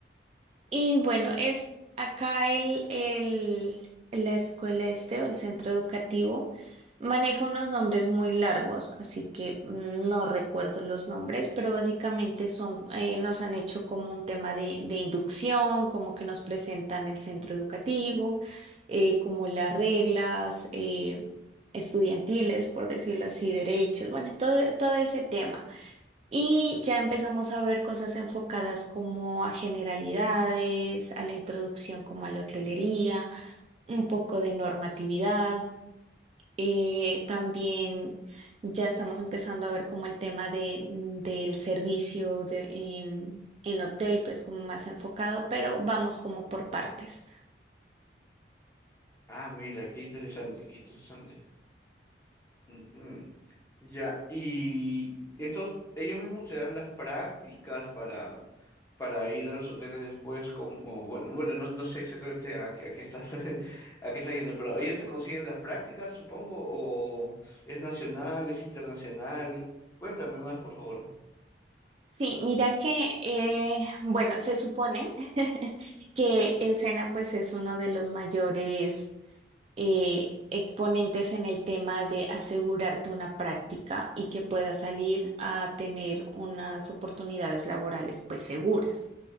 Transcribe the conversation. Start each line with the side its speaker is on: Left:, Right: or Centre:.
Right: Y bueno, es acá el, el, la escuela este o el centro educativo maneja unos nombres muy largos, así que mm, no recuerdo los nombres, pero básicamente son, eh, nos han hecho como un tema de, de inducción, como que nos presentan el centro educativo, eh, como las reglas eh, estudiantiles, por decirlo así, derechos, bueno, todo, todo ese tema. Y ya empezamos a ver cosas enfocadas como a generalidades, a la introducción como a la hotelería, un poco de normatividad. Eh, también ya estamos empezando a ver como el tema de, del servicio de, en, en hotel, pues como más enfocado, pero vamos como por partes.
Left: Ah, mira, qué interesante, qué interesante. Ujú. Ya, y estos, ellos mismos te dan las prácticas para, para ir a los hoteles después, como, o bueno, bueno, no, no sé exactamente a, qué a qué estás, <laughs> a qué estás yendo, pero ellos te consiguen las prácticas, supongo, o es nacional, es internacional. Cuéntame más, por favor.
Right: Sí, mira que, eh, bueno, se supone <laughs> que el SENA pues es uno de los mayores eh, exponentes en el tema de asegurarte una práctica y que puedas salir a tener unas oportunidades laborales pues seguras.